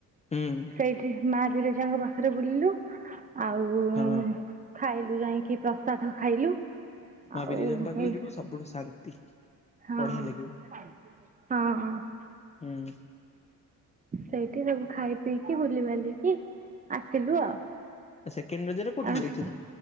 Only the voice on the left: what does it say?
ହୁଁ।
ହଁ
ମା
ବିରଜାଙ୍କ ପାଖକୁ
ଯିବୁ ସବୁଠୁ ଶାନ୍ତି।
ବଢିଆ ଲାଗିବ
ହୁଁ।
ସେକେଣ୍ଡ ରଜରେ କୋଉଠି
ଯାଇଥିଲୁ?